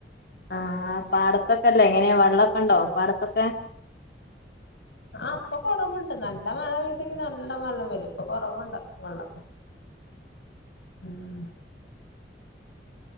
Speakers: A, on the left; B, on the left.
A: ആഹ പാടത്തൊക്കെ അല്ലേ എങ്ങനെയ വെള്ളമൊക്കെ ഉണ്ടോ പാടത്തൊക്കെ
B: ആ അപ്പൊ കൊറവുണ്ട് നല്ല മഴ പെയ്തെങ്കി നല്ല വെള്ളം വരും ഇപ്പൊ കൊറവുണ്ട് വെള്ളം
A: <unintelligible>
B: ഉം